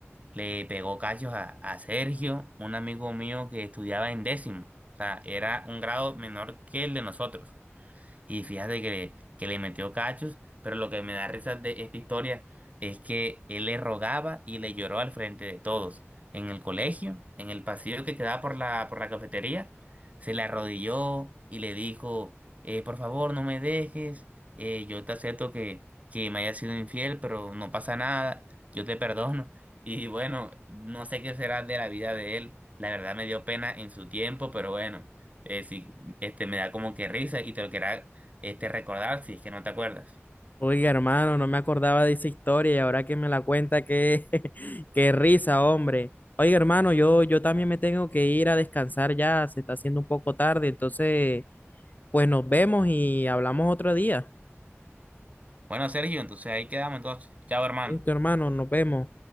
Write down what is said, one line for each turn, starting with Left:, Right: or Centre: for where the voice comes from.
Right: le pegó cachos a, a Sergio, un amigo mío que estudiaba en décimo. O sea, era un grado menor que el de nosotros y fíjate que le, que le metió cachos, pero lo que me da risa de esta historia es que él le rogaba y le lloró al frente de todos. En el colegio, en el pasillo que quedaba por la, por la cafetería, se le arrodilló y le dijo, eh, por favor, no me dejes, eh, yo te acepto que, que me haya sido infiel, pero no pasa nada, yo te perdono. <laughs> Y bueno, no sé qué será de la vida de él. La verdad me dio pena en su tiempo, pero bueno, eh, sí, este, me da como que risa y te lo quería este, recordar si es que no te acuerdas.
Left: Oiga, hermano, no me acordaba de esa historia y ahora que me la cuenta, qué, <laughs> qué risa, hombre. Oiga, hermano, yo, yo también me tengo que ir a descansar ya. Se está haciendo un poco tarde. Entonces, pues nos vemos y hablamos otro día.
Right: Bueno, Sergio, entonces ahí quedamos entonces. Chao, hermano.
Left: Listo, hermano, nos vemos.